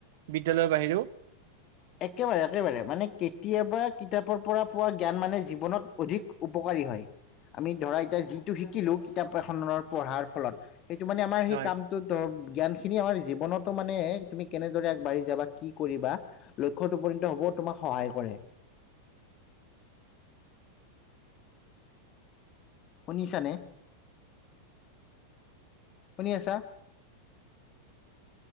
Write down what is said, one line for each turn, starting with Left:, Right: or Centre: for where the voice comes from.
Right: বিদ্যালয়ৰ বাহিৰেও।
Left: একেবাৰে-একেবাৰে মানে কেতিয়াবা কিতাপৰ পৰা পোৱা জ্ঞান মানে জীৱনত অধিক উপকাৰী হয়, আমি ধৰা এতিয়া যিটো শিকিলো কিতাপ এখনৰ পঢ়াৰ ফলত সেইটো মানে আমাৰ সেই
Right: হয়।
Left: কামটোত ধৰক জ্ঞান খিনি আমাৰ জীৱনতো মানে তুমি কেনেদৰে আগবাঢ়ি যাবা কি কৰিবা লক্ষ্যত উপনীত হ'বও তোমাক সহায় কৰে। শুনিছা নে, শুনি আছা?